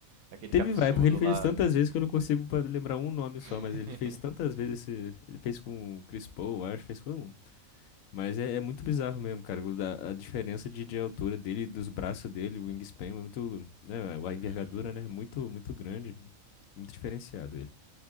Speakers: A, on the right; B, on the left.
A: aquele
B: Teve
A: cabeçudo
B: vai, porque ele fez
A: lá.
B: tantas vezes que eu não consigo pa- lembrar um nome
A: <laughs>
B: só, mas ele fez tantas vezes esse. Ele fez com o Chris Paul, eu acho, fez com todo mundo. Mas é, é muito bizarro mesmo, cara. o da- A, diferença de, de altura dele, dos braços dele, o wingspan, é muito. Né, a envergadura,
A: Uhum.
B: né? é Muito, muito grande. Muito diferenciado ele.